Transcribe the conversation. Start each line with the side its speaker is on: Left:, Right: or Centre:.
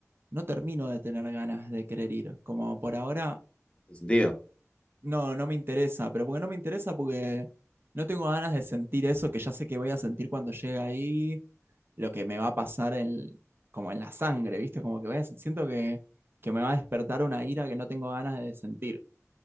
Right: no termino de tener ganas de querer ir. Como por ahora
Left: ¿En sentido? A
Right: No, no me interesa, pero porque no me interesa porque no tengo ganas de sentir eso que ya sé que voy a sentir cuando llegue ahí, lo que me va a pasar en, como en la sangre, ¿viste? Como que voy a, siento que, que me va a despertar una ira que no tengo ganas de sentir.